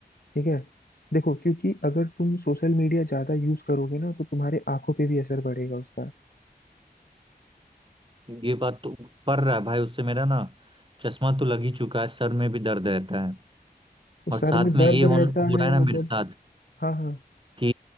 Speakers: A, on the left (about 65°); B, on the right (about 30°).
A: ठीक है देखो क्योंकि अगर तुम सोशल मीडिया ज्यादा यूज करोगे ना तो तुम्हारे आंखों पे भी असर पड़ेगा उसका
B: ये बात तो पड़ रहा है भाई उससे मेरा ना चश्मा तो लग ही चुका है सर में भी दर्द रहता है
A: तो सर
B: और साथ
A: में दर्द
B: में ये हो,
A: रहता
B: हो
A: है
B: रहा है ना मेरे
A: जब
B: साथ
A: हाँ हाँ
B: कि